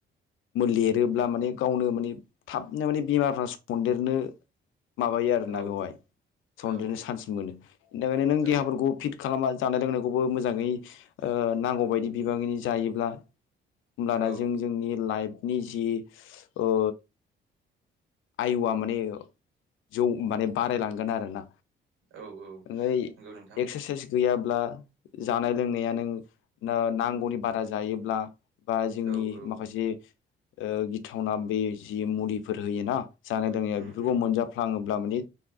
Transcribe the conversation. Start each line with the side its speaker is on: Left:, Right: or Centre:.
Left: लिरोब्ला माने गावनो माने थाबनो माने बेमारफ्रा सनन्देरनो माबायो आरोना
Right: औ
Left: बेवहाय सनदेरनो
Right: औ
Left: चान्स मोनो बेनि थाखायनो नों
Right: औ
Left: देहाफोरखौ फिट खालामा जानाय लोंनायखौबो मोजाङै ओ नांगौबायदि बिबांनि जायोब्ला होमब्लाना
Right: औ
Left: जों जोंनि लाइफनि जि ओ आयुआ माने जौ माने बारायलांगोन आरोना
Right: औ औ
Left: ओमफ्राय
Right: नंगौ नोंथां
Left: एक्सारसाइस गैया ब्ला जानाय लोंनाया नों नांगौनि बारा जायोब्ला बा जोंनि
Right: औ औ
Left: माखासे ओ गिथावना बे जि मुलिफोर होयोना जानाय लोंनाया
Right: उम
Left: बेफोरखौ
Right: उम
Left: मोनजाफ्लाङोब्ला माने